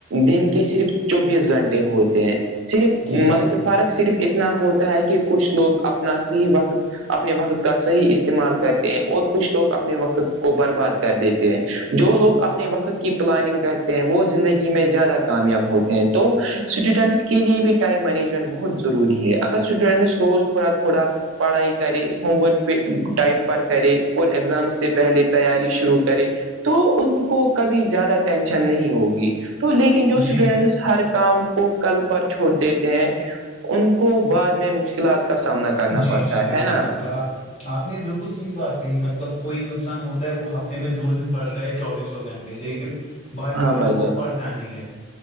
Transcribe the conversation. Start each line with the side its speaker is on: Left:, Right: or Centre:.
Right: دن کے صرف چوبیس گھنٹے ہوتے ہیں صرف
Left: جی
Right: مطلب
Left: جی
Right: کہ فرق صرف اتنا ہوتا ہے کہ کچھ لوگ اپنا صحیح وقت اپنے وقت کا صحیح استعمال کرتے ہیں اور کچھ لوگ اپنے وقت کو برباد کر دیتے ہیں جو لوگ اپنے وقت کی پلاننگ کرتے ہیں وہ زندگی میں زیادہ کامیاب ہوتے ہیں تو اسٹوڈنٹس کے لیے بھی ٹائم مینجمنٹ بہت ضروری ہے اگر اسٹوڈنٹس روز تھوڑا تھوڑا پڑھائی کرے ہوم ورک پے ٹائم پر کرے اور ایگزام سے پہلے تیاری شروع کرے تو ان کو کبھی زیادہ ٹینشن نہیں ہوگی تو لیکن جو اسٹوڈنٹس
Left: جی جی
Right: ہر کام کو کل پر چھوڑ دیتے ہیں ان کو بعد میں مشکلات کا سامنا کرنا
Left: جی،
Right: پڑتا
Left: جی،
Right: ہے
Left: بالکل،
Right: ہے نا
Left: بالکل آپ آپ نے بالکل صحیع بات کہی مطلب کوئی انسان ہوتا ہے وہ ہفتے میں دو دن پڑتا ہے چوبیس ہو گھنٹے لیکن باکی
Right: ہاں
Left: دن
Right: بھائی
Left: وہ
Right: جان
Left: پڑتا نہیں ہے